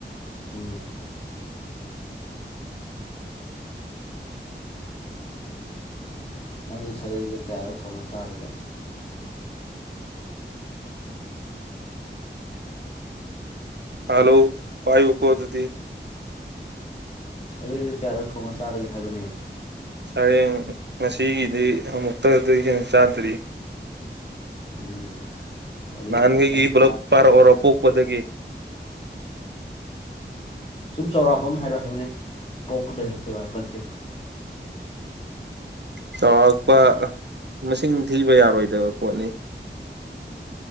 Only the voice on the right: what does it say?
ꯍꯂꯣ ꯄꯥꯏꯕꯨꯀꯣ ꯑꯗꯨꯗꯤꯤ
ꯁꯔꯦꯡ ꯉꯁꯤꯒꯤꯗꯤ ꯑꯃꯨꯛꯇꯗꯤ ꯍꯦꯟꯅ ꯆꯥꯗ꯭ꯔꯤ
ꯅꯪꯒ
ꯏ ꯐꯂ
ꯄꯔꯔꯄꯄꯗꯗꯒꯤꯦ
ꯆꯥꯎꯔꯥꯛꯥꯛꯄ ꯃꯁꯤꯡ ꯊꯤꯕ ꯌꯥꯔꯣꯏꯗꯕ ꯄꯣꯠꯅꯤ